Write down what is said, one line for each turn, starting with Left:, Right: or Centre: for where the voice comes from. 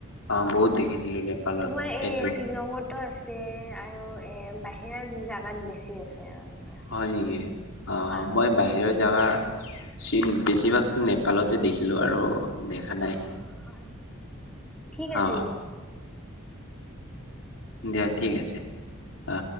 Left: অ
Centre: অঁ
Left: বহুত
Centre: অঁ,
Left: দেখিছিলো নেপালত
Centre: তোমাৰ এই
Left: সেইটো
Centre: শ্বিলঙতো আছে এ আৰু এ বাহিৰা জাগাত বেছি আছে। আৰু তোমাৰ।
Left: হয় নেকি। অ
Centre: হয়
Left: মই বাহিৰত জাগা, চীন বেছিভাগতো নেপালতে দেখিলো আৰু দেখা নাই
Centre: অহ থেংক
Left: অ দিয়া ঠিক
Centre: ইউ।
Left: আছে অ